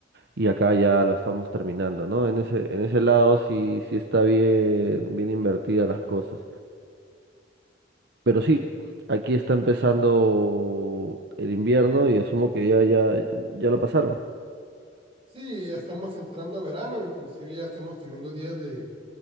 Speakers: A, on the right (about 60°); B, on the right (about 30°).
A: y acá ya lo estamos terminando, ¿no? En ese, en ese lado sí, sí está bien, bien invertidas las cosas. Pero sí, aquí está empezando el invierno y asumo que ya, ya, ya lo pasaron.
B: Sí, ya estamos entrando a verano, inclusive ya estamos teniendo días de